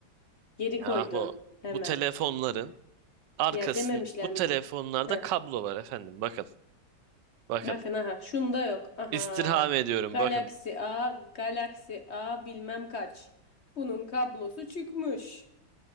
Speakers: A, on the left; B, on the right.
A: Geri
B: Yahu
A: koydun. Hemen.
B: bu telefonların arkasın
A: Ya dememişler
B: bu
A: mi?
B: telefonlarda
A: Heh.
B: kablo var efendim. Bakın bakın.
A: Bakın aha. Şunda yok. Aha.
B: İstirham ediyorum
A: Galaxy
B: bakın
A: A. Galaxy A bilmem kaç. Bunun kablosu çıkmış.